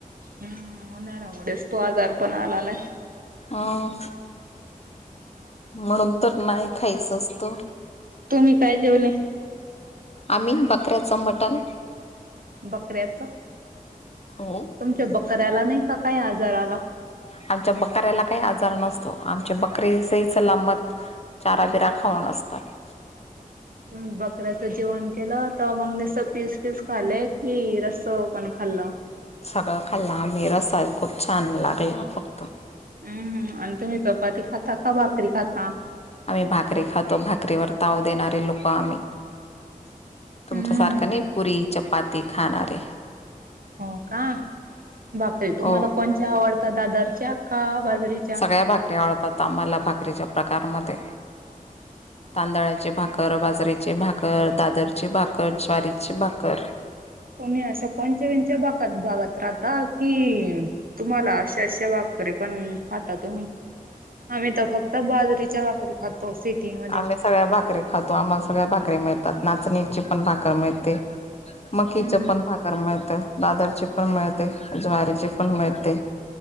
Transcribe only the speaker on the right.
उन्हाळ्यामुळेच तो आजार पण आललाय.
तुम्ही काय जेवले?
बकऱ्याच तुमच्या
बकऱ्याला नाही का काय आजार आला.
हुं बकऱ्याच जेवण केलं तर मग निसत पीस पीस खाले की रस्स पण खाल्लं.
हुं आणि तुम्ही चपाती खाता का भाकरी खाता?
हम्म
हो का भाकरी तुम्हांला
कोणच्या आवडतात दादरच्या का बाजरीच्या?
तुम्ही अशा कोणचे विंचे भाकत भाघत राहता की, तुम्हाला अशा अशा भाकरीे पण ह त तुम्ही आम्ही तर फक्त बाजरीच्या भाकरी खातो सिटी मध्ये.
हम्म